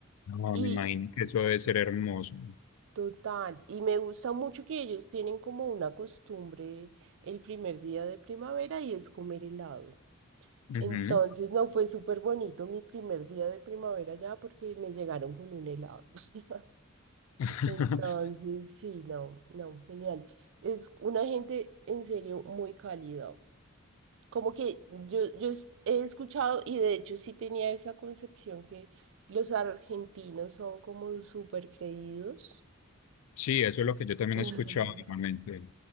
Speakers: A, on the left; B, on the right.
A: No,
B: Y
A: me imagino que eso debe ser hermoso.
B: total, y me gusta mucho que ellos tienen como una costumbre el primer día de primavera y es comer helado.
A: Ujú.
B: Entonces, no fue súper bonito mi primer día de primavera ya porque me llegaron con un helado. <laughs>
A: <laughs>
B: Entonces, sí, no, no, genial. Es una gente en serio muy cálida. Como que yo, yo es- he escuchado, y de hecho sí tenía esa concepción que los argentinos son como súper creídos,
A: Sí, eso es lo que yo también
B: <laughs>
A: he escuchado normalmente.